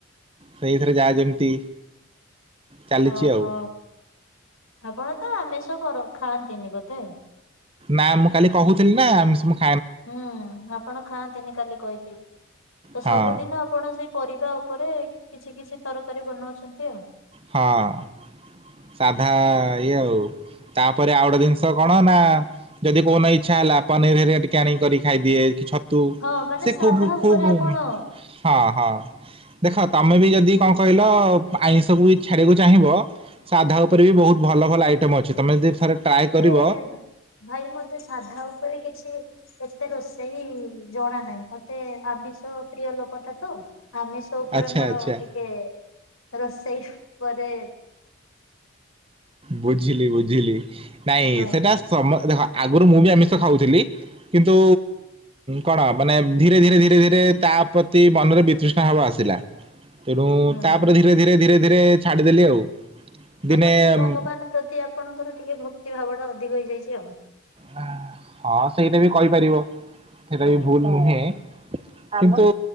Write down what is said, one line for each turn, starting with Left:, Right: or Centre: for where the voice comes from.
Right: ସେଇଥିରେ ଯାହା ଯେମିତି ଚାଲିଚି
Left: ଓହୋ
Right: ଆଉ।
Left: ଆପଣ ତ ଆମିଷ କର ଖାଆନ୍ତିନି ବୋଧେ?
Right: ନା ମୁଁ କାଲି କହୁଥିଲି ନା ଆମିଷ ମୁଁ ଖା
Left: ହୁଁ ଆପଣ ଖାଆନ୍ତିନି କାଲି କହିଥିଲେ ତ ସବୁଦିନ
Right: ହଁ
Left: ଆପଣ ସେଇ ପରିବା ଉପରେ କିଛି କିଛି ତରକାରୀ ବନାଉଛନ୍ତି ଆଉ।
Right: ହଁ ସାଧା ଇଏ ଆଉ ତାପରେ ଆଉ ଗୋଟେ ଜିନିଷ କଣ ନା ଯଦି କୋଉଦିନ ଇଚ୍ଛା ହେଲା ପନିରି ଅରିକା ଟିକେ ଆଣିକି ଖାଇଦିଏ, କିଛ ଛ ତୁ
Left: ହଁ ମାନେ
Right: ସେ
Left: ସାଧା
Right: ଖୁବ
Left: ଉପରେ
Right: ଖୁବ
Left: ଆପଣ
Right: ହୁଏ ହଁ ହଁ ଦେଖ ତମେ ବି ଯଦି କଣ କହିଲ ଆଇଁଷକୁ ବି ଛାଡିକକୁ ଚାହିଁବ ସାଧା ଉପରେ ବି ବହୁତ୍ ଭଲ ଭଲ ଆଇଟମ ଅଛି, ତମେ ଯଦି ଥରେ ଟ୍ରାଏ
Left: ମତେ
Right: କରିବ
Left: ଭାଇ ମତେ ସାଧା ଉପରେ କିଛି ଏତେ ରୋଷେଇ ଜଣା ନାହିଁ, ମତେ ଆମିଷ ପ୍ରିୟ ଲୋକଟା ତ ଆମିଷ ସ ଉପରେ
Right: ଆଚ୍ଛା
Left: ମୋର
Right: ଆଚ୍ଛା
Left: ଟିକେ ରୋଷେଇ ପରେ
Right: ବୁଝିଲି ବୁଝିଲି ନାଇଁ
Left: ହଁ
Right: ସେଟା ସମ ଦେଖ ଆଗରୁ ମୁଁ ବି ଆମିଷ ତ ଖାଉଥିଲି କିନ୍ତୁ କଣ ମାନେ ଧୀରେ ଧୀରେ ଧୀରେ ଧୀରେ ତା ପ୍ରତି ମନରେ ବିତୃଷ୍ଣା ଭାବ ଆସେ। ଥିଲା ତେଣୁ
Left: ହୁଁ
Right: ତାପରେ
Left: ହୁଁ
Right: ଧୀରେ ଧୀରେ ଧୀରେ ଧୀରେ ଛାଡିଦେଲି ଆଉ। ଦିନେ
Left: ଆପଣ ଟିକେ ଭଗବାନ
Right: ଉଁ,
Left: ପ୍ରତି ଆପଣଙ୍କର ଟିକେ ଭକ୍ତି ଭାବ ଟା ଅଧିକ ହେଇଯାଇଛି ଆଉ।
Right: ନାଁ ହଁ ସେଇଟା ବି କହିପାରିବ। ସେଟା
Left: ହଁ
Right: ବି ଭୁଲ ନୁହେଁ କିନ୍ତୁ